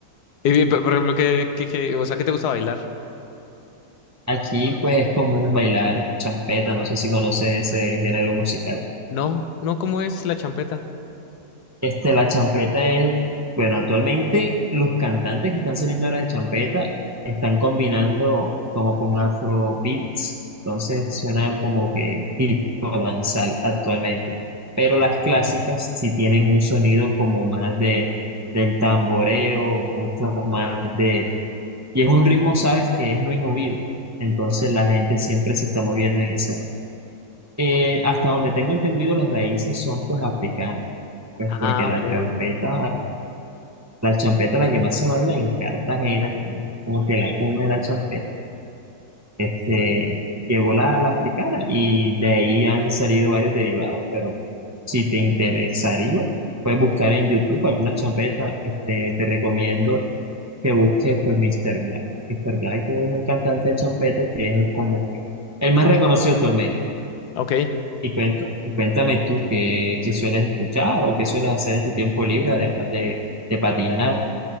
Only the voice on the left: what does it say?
Y, por por ejemplo, ¿qué, qué, qué- o sea, ¿qué te gusta bailar?
No, no, ¿cómo es la champeta?
Ah,
ok.
Ok.